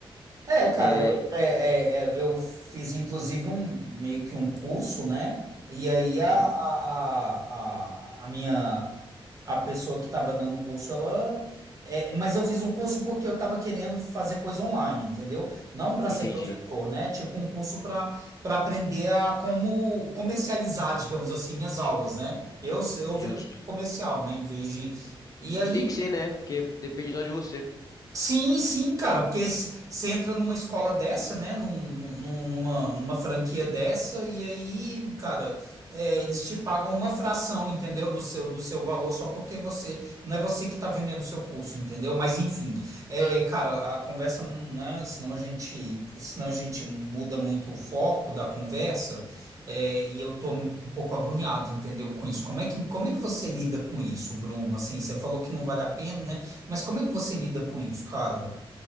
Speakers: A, on the right (about 35°); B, on the left (about 40°).
A: É, cara,
B: É,
A: eu, é, é, é, eu fiz inclusive um meio que um curso, né? E aí a,
B: uhum,
A: a, a, a minha a pessoa que estava dando o curso, ela. é, mas eu fiz um curso porque eu estava querendo fazer coisa online, entendeu? Não para
B: entendi.
A: ser professor, né? Tipo um curso para para aprender a como comercializar, digamos assim, minhas aulas, né? Eu, eu virei
B: Justo.
A: comercial, né? Em vez de. E aí.
B: E tem que ser, né? Porque depende só de você.
A: Sim, sim, cara, porque você entra numa escola dessa, né, num- num- numa, numa franquia dessa, e aí, cara, é, eles te pagam uma fração, entendeu, do seu, do seu valor, só porque você, não é você que tá vendendo o seu curso, entendeu? Mas, enfim, é, cara, a conversa não, né, senão a gente, senão a gente muda muito o foco da conversa, é, e eu tô
B: Tá.
A: um pouco agoniado, entendeu, com isso. Como é que, como é que você lida com isso, Bruno? Assim, você falou que não vale a pena, né? Mas como é que você lida com isso, cara?